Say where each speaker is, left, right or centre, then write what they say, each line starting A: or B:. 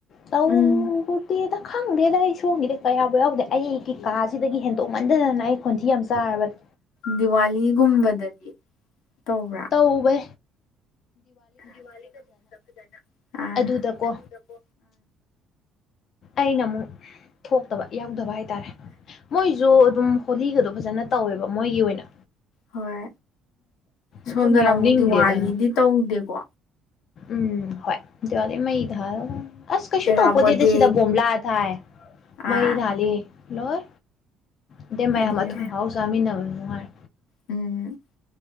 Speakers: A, on the left; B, on the left.
A: ꯇꯧꯕꯗꯦꯗ
B: ꯎꯝ
A: ꯈꯪꯗꯦꯗ ꯑꯩ ꯁꯣꯝꯒꯤꯗꯤ ꯀꯌꯥꯕꯨ ꯌꯥꯎꯗꯦ ꯑꯩꯒꯤ ꯀꯥꯁꯤꯗꯒꯤ ꯍꯦꯟꯗꯣꯛꯃꯟꯗꯗꯅ ꯑꯩ ꯈꯣꯟꯊꯤ ꯌꯥꯝ ꯆꯥꯔꯕꯅꯦ꯫
B: ꯗꯤꯋꯥꯂꯤ ꯒꯨꯝꯕꯗꯗꯤ ꯇꯧꯕ꯭ꯔꯥ?
A: ꯇꯧꯋꯦ꯫
B: ꯗꯤꯋꯥꯒꯗꯤ ꯐꯖ ꯐꯖꯅ
A: ꯑꯗꯨꯗꯀꯣ
B: ꯑꯗꯨꯗ ꯀꯣ꯫
A: ꯑꯩꯅ ꯑꯃꯨꯛ ꯊꯣꯛꯇꯕ ꯌꯥꯎꯗꯕ ꯍꯥꯏꯇꯥꯔꯦ꯫ ꯃꯣꯏꯁꯨ ꯑꯗꯨꯝ ꯍꯣꯂꯤꯒꯗꯣ ꯐꯖꯅ ꯇꯧꯋꯦꯕ ꯃꯣꯏꯒꯤ ꯑꯣꯏꯅ꯫
B: ꯍꯣꯏ ꯁꯣꯝꯗꯅ
A: ꯑꯗꯨꯝ ꯌꯥꯎꯅꯤꯡꯗꯦꯗꯅ
B: ꯑꯃꯨꯛ ꯗꯤꯋꯥꯂꯤꯗꯤ ꯇꯧꯗꯦꯀꯣ꯫
A: ꯎꯝ ꯍꯣꯏ ꯗꯤꯋꯥꯂꯤ ꯃꯩ ꯊꯥꯜꯂꯒ ꯑꯁ ꯀꯩꯁꯨ
B: ꯑꯦꯔꯥꯕꯣꯗꯦ
A: ꯇꯧꯄꯣꯠꯇꯦꯗ ꯁꯤꯗ ꯕꯣꯝꯂꯥ ꯊꯥꯏ꯫ ꯃꯩ
B: ꯑꯥ
A: ꯊꯥꯜꯂꯤ ꯂꯣꯏ ꯑꯗꯩ ꯃꯌꯥꯝ
B: ꯑꯗꯨꯒ
A: ꯑꯊꯨꯝ ꯑꯐꯥꯎ ꯆꯥꯃꯤꯟꯅꯕ ꯅꯨꯡꯉꯥꯏ꯫
B: ꯎꯝ